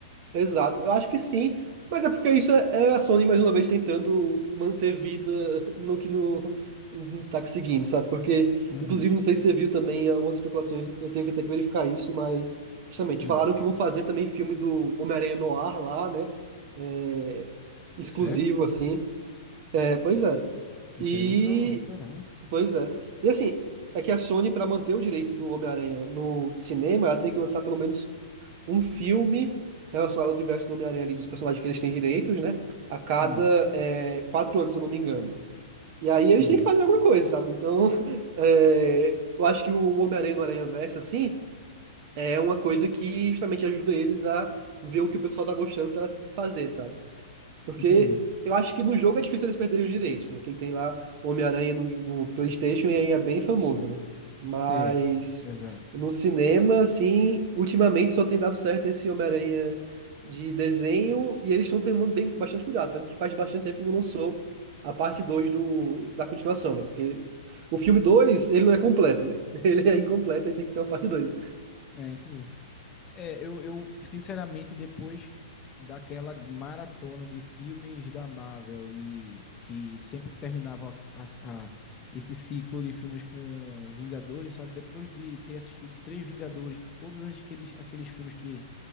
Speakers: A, on the right (about 45°); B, on the left (about 25°).
A: Exato, eu acho que sim, mas é porque isso é é a Sony mais uma vez tentando manter vida <laughs> no que não, não tá conseguindo, sabe? Porque,
B: Uhum.
A: inclusive, não sei se você viu também algumas especulações, eu tenho que até que verificar isso, mas justamente
B: Hum.
A: falaram que vão fazer também filme do Homem-Aranha no ar lá, né? É, exclusivo,
B: Sério?
A: assim. É, pois é.
B: Isso
A: E,
B: aí eu não me falou, não, caramba.
A: pois é. E assim, é que a Sony, para manter o direito do Homem-Aranha no cinema, ela tem que lançar pelo menos um filme relacionado ao universo do Homem-Aranha ali, dos personagens que eles têm direitos, né? A cada
B: Hum,
A: é, quatro anos, se eu não me engano. E aí
B: entendi.
A: eles têm que fazer alguma coisa, sabe? Então, <laughs> é, eu acho que o Homem-Aranha no Aranha-Verso, assim, é uma coisa que justamente ajuda eles a ver o que o pessoal tá gostando pra fazer, sabe? Porque
B: Entendi.
A: eu acho que no jogo é difícil eles perderem os direitos, né? Que ele tem lá o Homem-Aranha no, no PlayStation e aí é bem famoso, né? Mas
B: É, exato.
A: no cinema, assim, ultimamente só tem dado certo esse Homem-Aranha de desenho e eles estão tomando bem, bastante cuidado. Tanto que faz bastante tempo que não lançou a parte 2 do, da continuação, né? Porque o filme 2 ele não é completo, né? <laughs> Ele é incompleto e tem que ter uma parte 2.
B: É, entendi. É, eu, eu sinceramente, depois daquela maratona de filmes da Marvel e que sempre terminavam a- a- a- esse ciclo de filmes com Vingadores, sabe? Depois de ter assistido três Vingadores com todos aqueles, aqueles filmes que